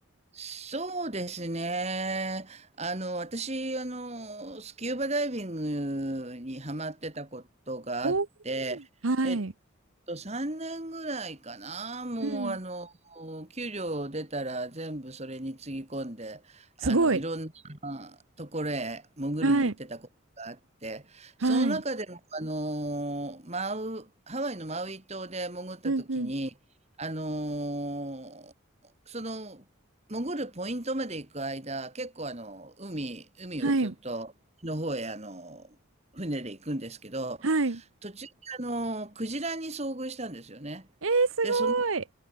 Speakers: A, on the right; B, on the right.
A: そうですね。あの、私、あの、スキューバダイビングにハマってたことがあって、
B: お、はい。
A: えっと、3年ぐらいかな。もう、
B: うん。
A: あの、給料出たら全部それにつぎ込んで、あの、
B: すごい。
A: いろんなところへ潜りに行ってたことがあって、
B: はい。
A: その中でも、
B: はい。
A: あの、マウ、ハワイのマウイ島で潜った時に、
B: うんうん。
A: あのその、潜るポイントまで行く間、結構あの、海、海をずっとの方へあの、
B: はい。
A: 船で行くんですけど、
B: はい。え
A: 途中であの、クジラに遭遇したんですよね。
B: ー、す
A: で、そのク
B: ごい。